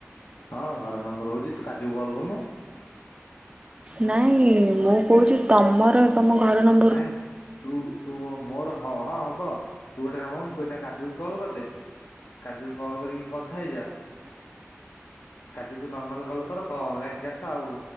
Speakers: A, on the left; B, on the right.
A: ହଁ ଘର ନମ୍ବର ହଉଛି ତୁ କାଜୁକୁ କଲ କରୁନୁ।
B: ନାଇଁ ମୁଁ କହୁଛି ତମର ତମ ଘର ନମ୍
A: ନାଇଁ ତୁ ତୁ ମୋର ହ ହଁ ହବ ତୁ ଗୋଟେ କାମ କରୁନୁ ତୁ ଏଇନା କାଜୁକୁ କଲ୍ କରିଦେ। କାଜୁ କୁ କଲ୍ କରିକି କଥା ହେଇଯା କାଜକୁ ନର୍ମାଲ କଲ କର କଣ ଅନଲାଇନ କି ଆସ ଆଉ